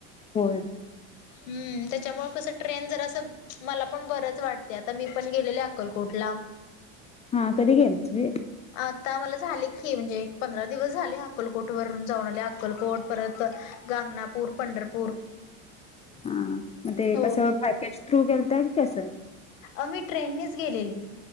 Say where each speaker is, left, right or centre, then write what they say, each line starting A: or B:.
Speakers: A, on the left; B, on the left.
A: होयं
B: हम्मं त्यांच्यामुळे कसं ट्रेन जरां असं मलां पणं बरंच वाटतं ते आंता मी पणं गेलेले अक्कलकोटला
A: हा कधी गेल तुझी
B: आंता मलां झाले की म्हणजे एक पंधरा दिवस झाले अक्कलकोट वरूंन जाऊंन आले अक्कलकोट परंत गांगणांपूर पंढरपूर
A: हां मंग ते
B: होय.
A: कसं पॅकेज थ्रूं गेलते कां कसं
B: आम्हीं ट्रेनने चं गेलेले